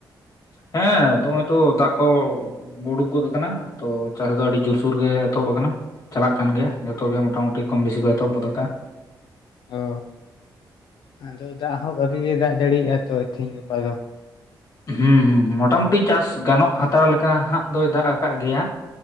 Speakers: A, on the left; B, on the left.
A: ᱦᱮᱸ ᱱᱚᱜ-ᱚᱭ ᱛᱚ ᱫᱟᱜ ᱠᱚ ᱩᱲᱩᱠᱜᱚᱫ ᱟᱠᱟᱱᱟ, ᱛᱚ ᱪᱟᱥ ᱫᱚ ᱟᱹᱰᱤ ᱡᱳᱨᱥᱳᱨ ᱜᱮ ᱮᱛᱚᱦᱚᱵ ᱟᱠᱟᱱᱟ ᱾ ᱪᱟᱞᱟᱜ ᱠᱟᱱ ᱜᱮᱭᱟ ᱡᱚᱛᱚ ᱜᱮ ᱢᱚᱴᱟᱢᱩᱴᱤ ᱠᱚᱢ ᱵᱮᱥᱤ ᱠᱚ ᱮᱛᱚᱦᱚᱵ ᱜᱚᱫ ᱟᱠᱟᱜ-ᱟ ᱾
B: ᱚ ᱾ <inaudible> ᱟᱫᱚ ᱫᱟᱜ ᱦᱚᱸ ᱵᱷᱟᱜᱤ ᱜᱮ ᱫᱟᱜ ᱡᱟᱲᱤᱭᱮᱜ-ᱟ ᱛᱚ ᱛᱮᱦᱮᱧ ᱜᱟᱯᱟ ᱫᱚ ᱾
A: ᱦᱩᱸ ᱦᱩᱸ, ᱢᱚᱴᱟ ᱢᱩᱴᱤ ᱪᱟᱥ ᱜᱟᱱᱚᱜ ᱦᱟᱛᱟᱲ ᱞᱮᱠᱟ ᱦᱟᱸᱜ ᱫᱚᱭ ᱫᱟᱜ ᱟᱠᱟᱫ ᱜᱮᱭᱟ ᱾